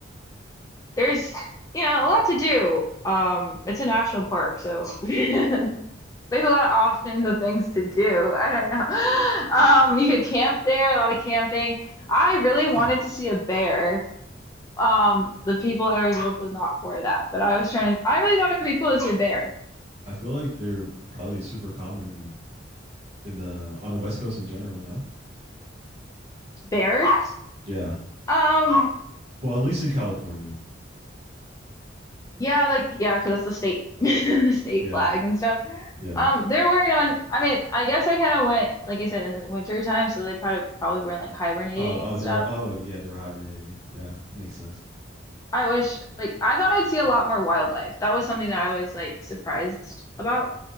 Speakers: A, on the left; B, on the right.
A: There's, you know, a lot to do. Um, it's a national park, so <laughs> there's a lot of options of things to do. I don't know. <laughs> Um, you could camp there, a lot of camping. I really
B: <laughs>
A: wanted
B: I
A: to see a bear. Um, the people I was with was not for that, but I was trying to, I really thought it'd be cool to see a bear.
B: feel like they're probably super common in the on the West Coast in general. No.
A: Bears?
B: Yeah.
A: Um,
B: Well, at least in California.
A: Yeah, like yeah, 'cause that's the state <laughs> the state
B: Yeah.
A: flag and stuff.
B: Yeah.
A: Um, they're wearing on. I mean, I guess I kind of went like I said in the winter time, so they probably probably were like hibernating
B: Oh.
A: and
B: Oh.
A: stuff.
B: They were. Oh. Yeah. They were hibernating. Yeah. Makes sense.
A: I wish like I thought I'd see a lot more wildlife. That was something that I was like surprised about.